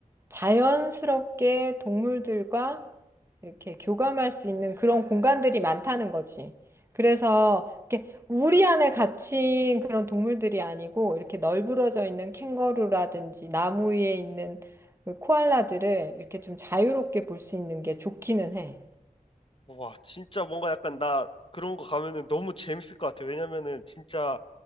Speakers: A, on the right (about 15°); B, on the left (about 35°).
A: 자연스럽게 동물들과 이렇게 교감할 수 있는 그런 공간들이 많다는 거지. 그래서 이렇게 우리 안에 갇힌 그런 동물들이 아니고 이렇게 널브러져 있는 캥거루라든지 나무 위에 있는 그 코알라들을 이렇게 좀 자유롭게 볼 수 있는 게 좋기는 해.
B: 와, 진짜 뭔가 약간 나 그런 거 가면은 너무 재밌을 것 같아. 왜냐면은 진짜